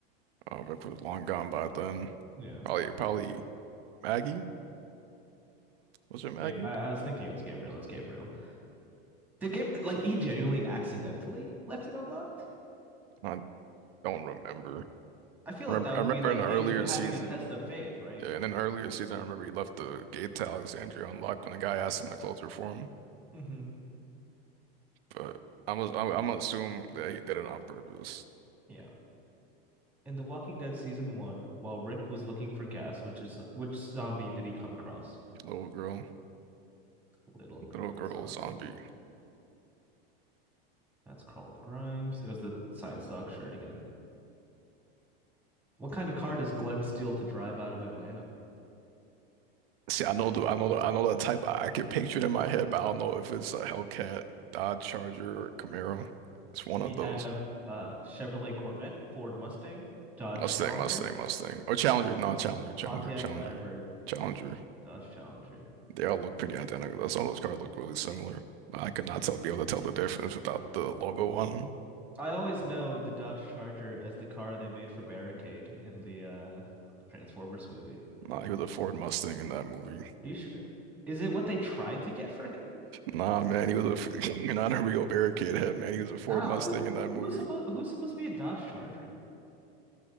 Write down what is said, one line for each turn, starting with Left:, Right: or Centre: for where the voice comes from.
Right: Uh, if it was long gone by then,
Centre: Yeah.
Right: probably probably Maggie. Was it Maggie?
Centre: Yeah, I, I was thinking it was Gabriel. It's Gabriel. Did Gab- like he genuinely accidentally left it unlocked?
Right: I don't remember.
Centre: I feel
Right: I
Centre: like
Right: remember,
Centre: that would
Right: I remember
Centre: be like
Right: in the
Centre: him
Right: earlier
Centre: having
Right: season,
Centre: a test of faith, right?
Right: yeah, in an earlier season, I remember he left the gate to Alexandria unlocked when the guy asked him to close it for him.
Centre: Mm-hmm.
Right: But I'm I'm, I'm gonna assume that he did it on purpose.
Centre: Yeah. In The Walking Dead season one, while Rick was looking for gas, which is which zombie did he come across?
Right: Little girl,
Centre: Little girl
Right: little girl
Centre: zombie.
Right: zombie.
Centre: That's Carl Grimes. It was the science dog shirt again. What kind of car does Glenn steal to drive out of Atlanta?
Right: See, I know the I know the I know the type. I, I could picture it in my head, but I don't know if it's a Hellcat, Dodge Charger, or Camaro. It's one
Centre: We
Right: of
Centre: have
Right: those.
Centre: uh Chevrolet Corvette, Ford Mustang, Dodge
Right: Mustang,
Centre: Challenger,
Right: Mustang, Mustang, or Challenger. No, Challenger, Challenger,
Centre: Pontiac
Right: Challenger,
Centre: Firebird,
Right: Challenger.
Centre: Dodge Challenger.
Right: They all look pretty identical. though. Some of those cards look really similar. I
Centre: Those
Right: could
Centre: car-
Right: not tell be able to tell the difference without the logo on them.
Centre: I always know the Dodge Charger as the car they made for Barricade in the uh Transformers movie.
Right: Nah, he was a Ford Mustang in that movie.
Centre: Are you sure? Is it what they tried to get for him?
Right: Nah, man, he was a <laughs> you're not a real Barricade head, man. He was a Ford
Centre: No,
Right: Mustang
Centre: who
Right: in that
Centre: who
Right: movie.
Centre: was supposed who's supposed to be a Dodge Charger?